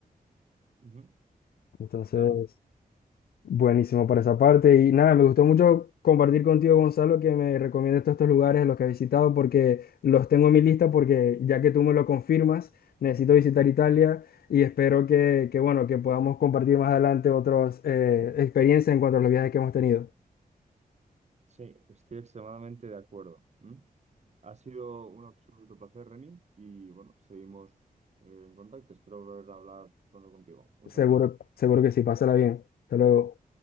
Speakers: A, on the right; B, on the left.
A: Ujú.
B: Entonces...
A: Claro.
B: Buenísimo por esa parte. Y nada, me gustó mucho compartir contigo, Gonzalo, que me recomiendes todos estos lugares a los que he visitado, porque los tengo en mi lista, porque ya que tú me lo confirmas, necesito visitar Italia y espero que, que, bueno, que podamos compartir más adelante otras eh, experiencias en cuanto a los viajes que hemos tenido.
A: Sí, estoy extremadamente de acuerdo. ¿Mm? Ha sido un absoluto placer, Reni, y bueno, seguimos eh, en contacto. Espero volver a hablar pronto contigo. Un
B: Seguro,
A: saludo.
B: seguro que sí, pásala bien. Hasta luego.